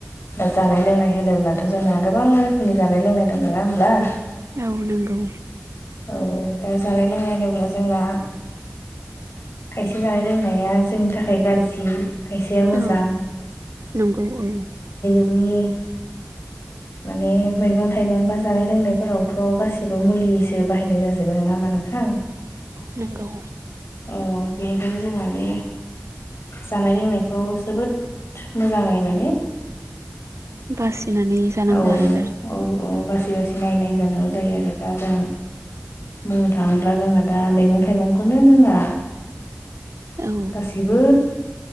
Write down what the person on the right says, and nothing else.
औ नंगौ
औ नंगौ औ
<inaudible>
नोंगौ
बासिनानै जानांगौ
आरोना
औ